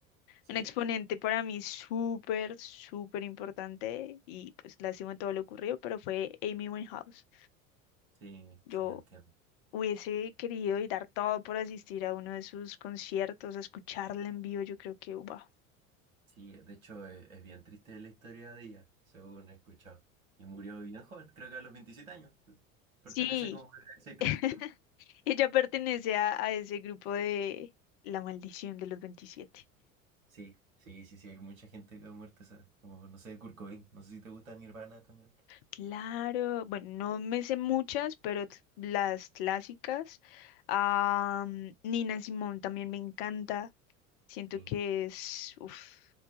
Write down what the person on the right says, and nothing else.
¿Sí?
Sí,
sí, entiendo.
Sí, de hecho es, es bien triste la historia de ella, según he escuchado. Y murió bien joven, creo que a los 27 años. Pertenece
como a ese club.
Sí, sí, sí, sí, hay mucha gente que ha muerto esa, como no sé, Kurt Cobain, no sé si te gusta Nirvana también.
Sí,